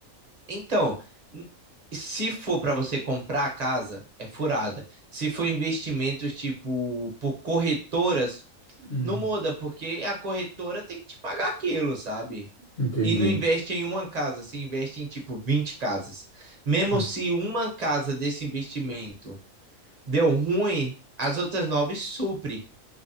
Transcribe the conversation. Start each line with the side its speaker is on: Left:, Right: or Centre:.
Right: Então, n- se for para você comprar a casa, é furada. Se for investimentos tipo por corretoras,
Left: Hum,
Right: não muda, porque a corretora tem que te pagar aquilo, sabe?
Left: entendi.
Right: E não investe em uma casa, você investe em tipo 20 casas. Mesmo
Left: Hum,
Right: se uma casa desse investimento deu ruim, as outras nove supre.